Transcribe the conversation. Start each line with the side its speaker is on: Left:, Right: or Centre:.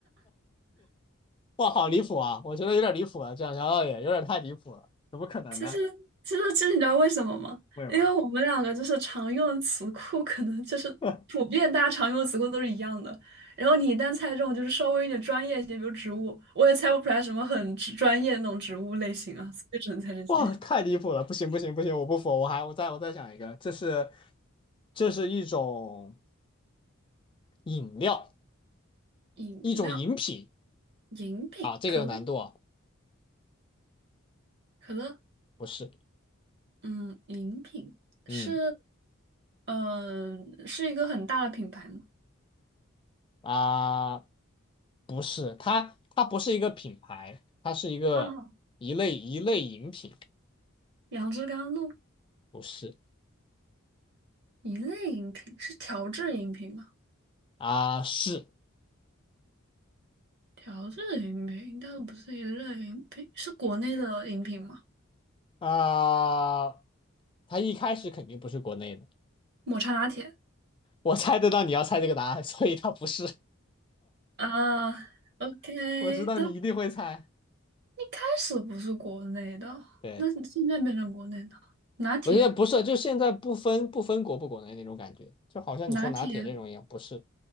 Left: <laughs> 哇，好离谱啊，我觉得有点离谱了，这样聊到也有点太离谱了，怎么可能呢？
Right: 其实，其实，其实你知道为什么吗？
Left: 为什么？
Right: 因为我们两个就是常用的词库，可能就是普遍大家常用的词库都是一样的。
Left: <laughs>
Right: 然后你一旦猜中，就是稍微有点专业一些，比如植物，我也猜不出来什么很植专业的那种植物类型啊，所以只能猜这些。
Left: 哇，
Right: <laughs>
Left: 太离谱了！不行不行不行，我不服，我还我再我再想一个，这是这是一种饮料，
Right: 饮料、
Left: 一种饮品
Right: 饮品、
Left: 啊，这个有难度啊，
Right: 可乐、可乐，
Left: 不是，
Right: 嗯，饮品是，
Left: 嗯
Right: 嗯、是一个很大的品牌吗？
Left: 啊，不是，它它不是一个品牌，它是一个一类一类饮品，
Right: 啊，杨枝甘露，
Left: 不是
Right: 一类饮品是调制饮品吗？
Left: 啊，是
Right: 调制饮品，但不是一类饮品，是国内的饮品吗？
Left: 啊，它一开始肯定不是国内的，
Right: 抹茶拿铁
Left: 我猜得到你要猜这个答案，所以它不是，
Right: 啊，OK，
Left: <laughs> 我知道你一定会猜，
Right: 那一开始不是国内的，
Left: 对。
Right: 那现在变成国内的拿铁，
Left: 我觉得不是，就现在不分不分国不国内那种感觉，就好像你说拿铁这种一样，
Right: 拿铁，
Left: 不是